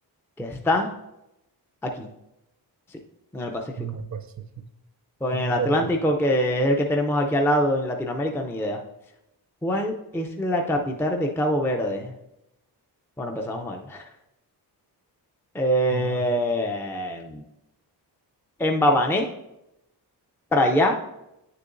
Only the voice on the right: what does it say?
No me Pacífico.
Yo
puse
Atlántico.
Ma-